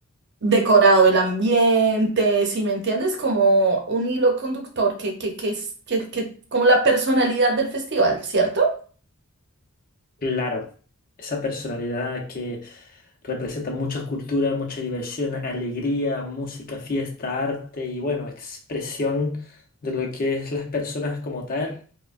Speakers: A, on the right; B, on the left.
A: decorado el ambiente, si me entiendes, como un hilo conductor que, que, que es que, que- como la personalidad del festival, ¿cierto?
B: Claro, esa personalidad que representa muchas culturas, mucha diversión, alegría, música, fiesta, arte y bueno, expresión de lo que es las personas como tal,